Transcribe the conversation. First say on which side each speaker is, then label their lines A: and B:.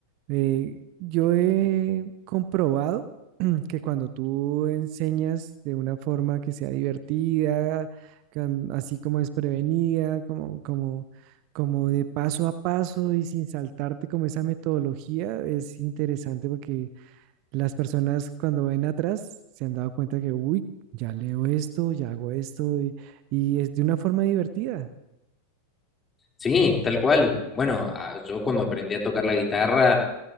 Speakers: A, on the right; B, on the left.
A: Eh, yo he comprobado <clears throat> que cuando tú enseñas de una forma que sea divertida, can- así como desprevenida, como, como, como de paso a paso y sin saltarte como esa metodología, es interesante porque las personas cuando ven atrás se han dado cuenta que, uy, ya leo esto, ya hago esto y, y es de una forma divertida.
B: Sí, tal cual. Bueno, a- yo cuando aprendí a tocar la guitarra